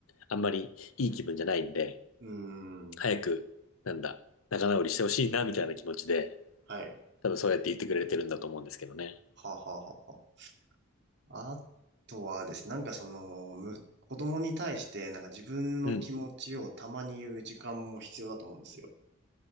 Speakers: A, on the left (about 80°); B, on the right (about 60°).
A: あんまりいい気分じゃないんで、
B: うーん、
A: 早く、なんだ、仲直りしてほしいな、みたいな気持ちで、
B: はい。
A: 多分そうやって言ってくれてるんだと思うんですけどね。
B: はあはあはあはああとはですね、なんかその、む、子供に対して、なんか自分の気持ちをたまに言う時間も必要だと思うんですよ。
A: うん。